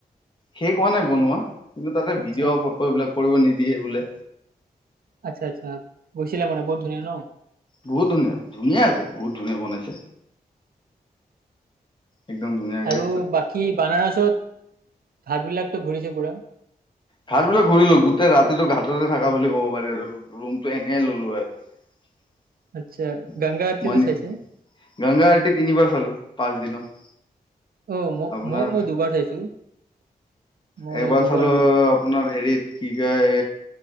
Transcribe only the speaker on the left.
শেষ হোৱা নাই বনোৱা। কিন্তু তাতে
ভিডিঅ' ফটো এইবিলাক কৰিব নিদিয়ে বোলে।
বহুত ধুনীয়া ধুনীয়া আছে বহুত ধুনীয়া বনাইছে। একদম ধুনীয়াকে
ঘাট বিলাক ঘূৰিলো গোটেই ৰাতিটো ঘাটতে থাকা বুলি ক'ব পাৰি আৰু। ৰুমটো এনেই ললো আৰু।
মণ
গংগা আৰতী তিনিবাৰ চালো পাঁচ দিনত।
আপোনাৰ
এবাৰ
চালো
আপোনাৰ হেৰিত কি কয়